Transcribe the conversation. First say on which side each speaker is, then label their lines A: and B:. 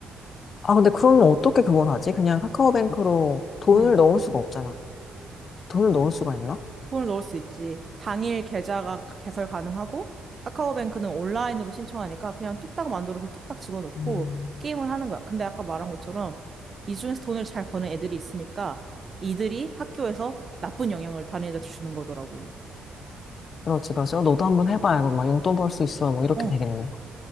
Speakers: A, on the left (about 50°); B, on the right (about 35°).
A: 아, 근데 그러면 어떻게 그걸 하지? 그냥 카카오뱅크로 돈을
B: 응.
A: 넣을 수가 없잖아. 돈을 넣을 수가 있나?
B: 돈을 넣을 수 있지. 당일 계좌가 개설 가능하고 카카오뱅크는 온라인으로 신청하니까 그냥 뚝딱 만들어서 뚝딱 집어넣고
A: 음.
B: 게임을 하는 거야. 근데 아까 말한 것처럼 이 중에서 돈을 잘 버는 애들이 있으니까 이들이 학교에서 나쁜 영향을 다른 애들한테 주는 거더라고.
A: 그렇지, 그렇지. 어, 너도 한번 해봐. 이거 막 용돈 벌 수 있어. 뭐 이렇게
B: 어,
A: 되겠네.